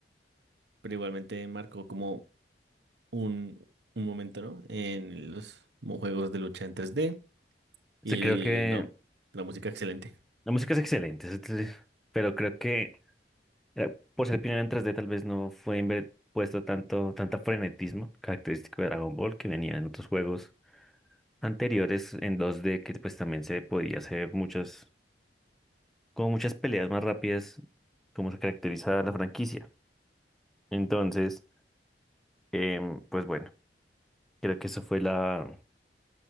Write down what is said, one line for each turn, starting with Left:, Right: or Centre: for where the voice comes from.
Right: pero igualmente marcó como un, un momento, ¿no? En los mo- juegos de lucha en 3D y
Centre: Sí, creo que
Right: no, la música excelente.
Centre: la música es excelente, es- es- pero creo que eh, por ser pionera en 3D tal vez no fue inver- puesto tanto, tanta frenetismo característico de Dragon Ball que venía en otros juegos anteriores en dos d que pues también se podía hacer muchas, como muchas peleas más rápidas como se caracteriza la franquicia. Entonces, em, pues bueno, creo que eso fue la,